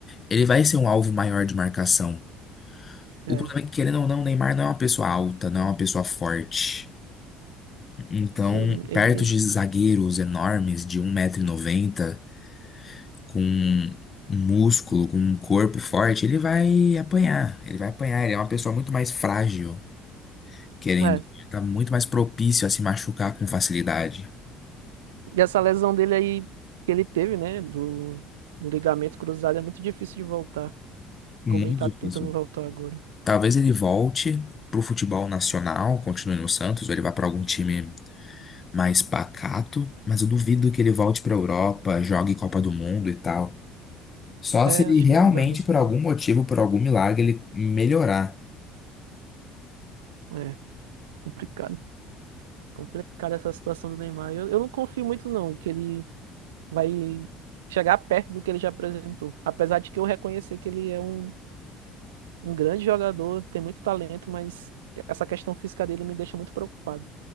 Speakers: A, on the left; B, on the right.
A: ele vai ser um alvo maior de marcação.
B: É,
A: O problema é que, querendo ou não, o Neymar não é uma pessoa alta, não é uma pessoa forte. Então,
B: sim, ele.
A: perto de zagueiros enormes de um metro e noventa com um músculo, com um corpo forte, ele vai apanhar. Ele vai apanhar. Ele é uma pessoa muito mais frágil, querendo.
B: É.
A: Ele tá muito mais propício a se machucar com facilidade.
B: E essa lesão dele aí que ele teve, né, do, do ligamento cruzado, é muito difícil de voltar.
A: Muito
B: Como ele tá tentando
A: difícil.
B: voltar agora.
A: Talvez ele volte pro futebol nacional, continue no Santos, ou ele vá para algum time mais pacato, mas eu duvido que ele volte para Europa, jogue Copa do Mundo e tal. Só
B: É,
A: se ele
B: acho
A: realmente,
B: que não dá mais
A: por
B: pra
A: algum
B: ele.
A: motivo, por algum milagre, ele melhorar.
B: É, complicado. Complicada essa situação do Neymar. Eu, eu não confio muito, não, que ele vai chegar perto do que ele já apresentou. Apesar de que eu reconhecer que ele é um, um grande jogador, tem muito talento, mas essa questão física dele me deixa muito preocupado.